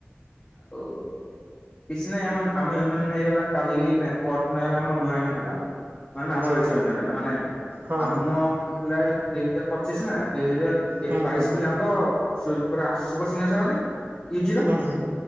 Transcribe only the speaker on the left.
ହଉ କିଛି ନାଇଁ ଆମନ୍ ଆମ ୟୁନିୟନ ହେଇଗଲା କାଲି ନାଇଁ ପହର ଦିନ ହେଲା ଆମ ନୂଆ ୟୁନିଅନ ହେଲା। ମାନେ ନା
ଆମ ବ୍ୟାଚ୍
ର ୟୁନିଅନ ହେଲା ମାନେ
ଆମ
ହେଲା ଦୁଇ ହଜାର ପଚିଶ ନା ଦୁଇ ହଜାର ଏ
ବାଇଶ୍
ପିଲାଙ୍କ ସେ ପୁରା ଆଶି ପର୍ସେଣ୍ଟ ନଥିଲା ମାନେ ୟୁଜିର